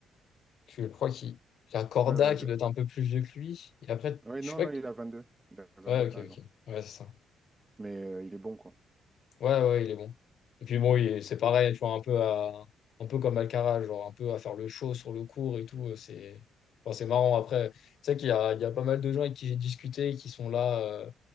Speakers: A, on the left (about 65°); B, on the right (about 20°).
A: que je crois qu'il y a Corda
B: Ouais, vingt
A: qui
B: deux.
A: doit être un peu plus vieux que lui. Et après,
B: Oui,
A: je
B: non,
A: sais pas.
B: non,
A: qui-
B: il a vingt deux Il a vingt
A: Ouais,
B: deux
A: ok,
B: t'as
A: ok.
B: raison.
A: Ouais, c'est ça.
B: Mais euh, il est bon, quoi.
A: Ouais, ouais, il est bon. Et puis bon, il est- c'est pareil, tu vois, un peu à, un peu comme Alcaraz, genre un peu à faire le show sur le court et tout. euh, C'est, enfin, c'est marrant. Après, C'est sais qu'il y a, il y a pas mal de gens avec qui j'ai discuté qui sont là euh,